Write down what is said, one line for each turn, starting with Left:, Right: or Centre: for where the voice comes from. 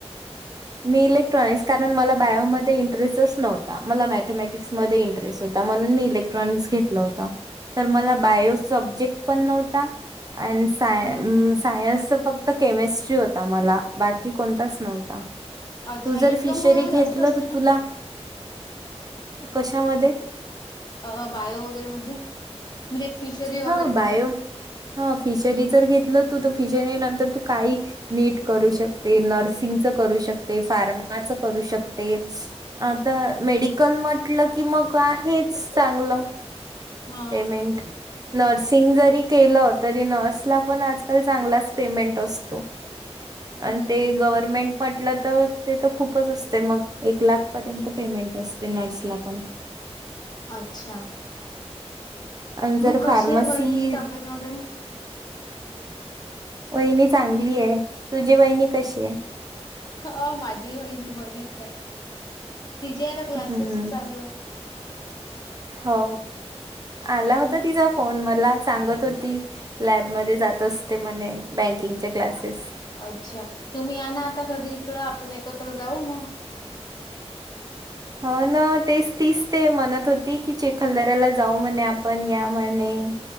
Right: मी इलेक्ट्रॉनिक्स कारण मला बायोमध्ये इंटरेस्टच नव्हता, मला मॅथमॅटिक्समध्ये इंटरेस्ट होता. होता, म्हणून मी इलेक्ट्रॉनिक्स घेतला होता. तर मला बायो सब्जेक्ट पण नव्हता, अँन्ड साय
Left: हम्म हम्म
Right: सायन्सचा फक्त केमिस्ट्री होता, मला बाकी कोणताच नव्हता.
Left: अच्छा
Right: तू जर
Left: इन्कम
Right: फिशरी
Left: वगैरे जास्त
Right: घेतलं
Left: असते
Right: तर
Left: का
Right: तुला कशामध्ये?
Left: अ बायो वगैरे मध्ये म्हणजे फिशरी
Right: हा
Left: वगैरे
Right: बायो
Left: मध्ये.
Right: हा फिशरी जर घेतल तू तू पीजे नंतर तू काही नीट करू शकते, नर्सिंगच करू शकते फार्माच करू शकते, आता मेडिकल म्हटलं की मग आहे चांगलं.
Left: हा
Right: पेमेंट नर्सिंग जरी केलं तरी नर्सला पण आजकाल चांगलाच पेमेंट असतो. आणि
Left: हम्म
Right: ते गव्हर्मेंट म्हटलं तर ते खूपच असते मग एक लाखपर्यंत पेमेंट असते नर्सला पण
Left: अच्छा.
Right: आणि जर
Left: मग कशी
Right: फार्मसी
Left: आहे वहिणीची तब्येत वगैरे
Right: वहिणी चांगली आहे तुझी वहिणी कशी आहे.
Left: ह माझी वहि त बरीच आहे तिजे आता क्लासेस
Right: हम्म
Left: चालू आहे.
Right: हो आला होता
Left: हम्म.
Right: तिचा फोन मला सांगत होती लॅबमध्ये जात असते म्ह बँकिंगचे क्लासेस
Left: अच्छा तुम्ही या ना आता कधी इकडं आपण एकत्र जाऊ मग
Right: हो ना तेच तीच ते म्हणत होती की चेखलदऱ्याला जाऊ म्हणे आपण त्यामणे